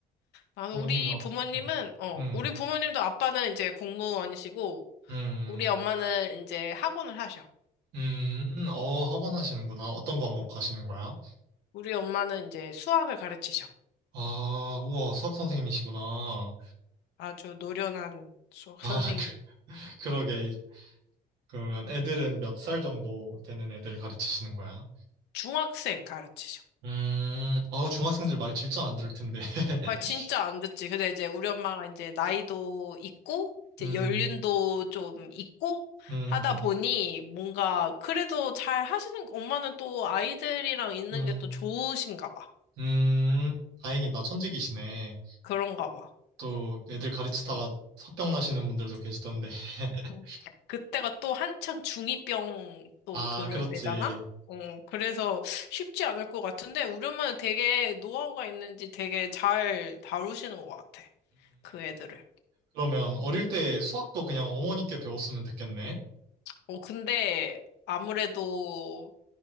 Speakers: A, on the left (about 85°); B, on the right (about 85°).
A: 아,
B: 부모님은,
A: 우리
B: 어,
A: 부모님은, 어,
B: 음,
A: 우리 부모님도 아빠는 이제 공무원이시고,
B: 음, 음,
A: 우리 엄마는 이제 학원을 하셔.
B: 음, 어, 학원 하시는구나. 어떤 과목
A: 어.
B: 하시는 거야?
A: 우리 엄마는 이제 수학을 가르치셔.
B: 아, 우와, 수학 선생님이시구나.
A: 아주 노련한 수학
B: 아,
A: 선생님.
B: <laughs> 그, 그러게. 그러면 애들은 몇 살 정도 되는 애들 가르치시는 거야?
A: 중학생 가르치셔.
B: 음, 어, 중학생들 말 진짜 안 들을 텐데. <laughs>
A: 아, 진짜 안 듣지. 근데 이제 우리 엄마가 이제 나이도 있고, 이제
B: 음,
A: 연륜도 좀 있고,
B: 음,
A: 하다
B: 음,
A: 보니 뭔가 그래도 잘 하시는, 엄마는 또 아이들이랑 있는
B: 음,
A: 게 또 좋으신가 봐.
B: 음, 다행이다. 천직이시네.
A: 그런가 봐.
B: 또 애들 가르치다가 화병 나시는 분들도 계시던데. <laughs>
A: 응. 그때가 또 한창 중이병 또
B: 아,
A: 그럴
B: 그렇지.
A: 때잖아? 어, 그래서 쉽지 않을 것 같은데, 우리 엄마는 되게 노하우가 있는지 되게 잘 다루시는 것 같아.
B: 음,
A: 그 애들을.
B: 그러면 어릴 때 수학도 그냥 어머니께 배웠으면 됐겠네.
A: 어, 근데 아무래도